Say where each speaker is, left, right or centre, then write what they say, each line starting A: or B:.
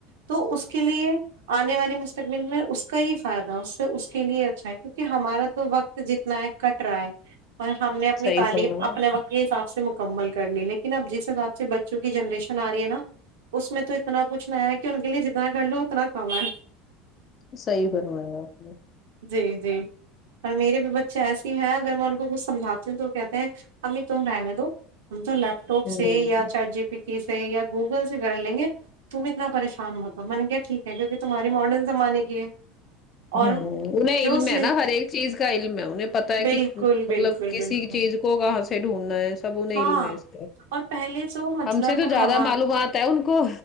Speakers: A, on the right; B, on the left.
A: تو اس کے لیے آنے والے مستقبل میں اس کا ہی فائدہ اس سے اس کے لیے اچھا ہے کیونکہ ہمارا تو وقت جتنا ہے کٹ رہا ہے اور ہم نے اپنی
B: صحیح
A: تعلیم
B: فرمایا
A: اپنے وقت کے حساب سے مکمل کر لی لیکن اب جس حساب سے بچوں کی جنریشن آ رہی ہے نا اس میں تو اتنا کچھ نیا ہے کہ ان کے لیے جتنا کر لو اتنا کم ہے
B: صحیح فرمایا آپ نے
A: جی جی اور میرے بھی بچے ایسے ہیں اگر میں ان کو کچھ سمجھاتی ہوں تو وہ کہتے ہیں امی تم رہنے دو ہم تو لیپ ٹاپ
B: ہوں
A: سے یا چٹ جی پی ٹی سے یا گوگل سے کر لیں گے تم اتنا پریشان مت ہو میں نے کیا ٹھیک ہے کیونکہ تمہاری ماڈرن زمانے کی ہے اور
B: ہوں انہیں علم
A: جوس
B: ہے
A: لے
B: نا ہر ایک چیز کا علم ہے انہیں پتا ہے
A: بالکل
B: کہ مطلب
A: بالکل
B: کسی
A: بالکل
B: چیز کو کہاں سے ڈھونڈنا ہے سب انہیں
A: ہاں
B: علم ہے اس کا
A: اور پہلے جو مطلب
B: ہم سے تو زیادہ
A: ہم
B: معلومات ہے ان کو